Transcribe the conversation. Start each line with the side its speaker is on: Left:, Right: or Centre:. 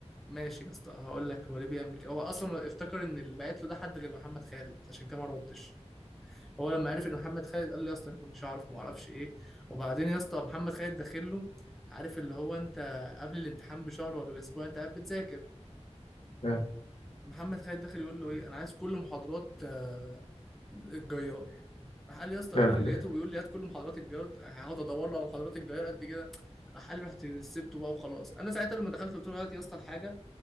Centre: ماشي يا اسطى هقول لك هو ليه بيعمل كده هو اصلا افتكر ان اللي بعت له ده حد غير محمد خالد عشان كده ما ردش هو لما عرف ان محمد خالد قال لي يا اسطى أنا ما كنتش اعرف ما اعرفش ايه وبعدين يا اسطى محمد خالد داخل له عارف اللي هو انت قبل الامتحان بشهر ولا باسبوع انت قاعد بتذاكر
Left: اه،
Centre: محمد خالد داخل يقول له ايه انا عايز كل محاضرات آه، الجيار راح قال لي يا اسطى
Left: اه.
Centre: قال لي
Left: <laughs>
Centre: لقيته بيقول لي هات كل محاضرات الجيار هقعد ادور له على محاضرات الجيار قد كده راح قال لي رحت سبته بقى وخلاص انا ساعتها لما دخلت قلت له هات يا اسطى الحاجه